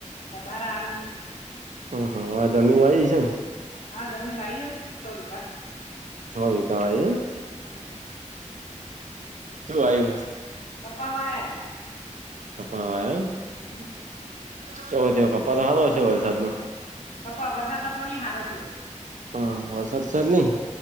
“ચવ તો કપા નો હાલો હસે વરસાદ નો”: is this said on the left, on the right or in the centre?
Right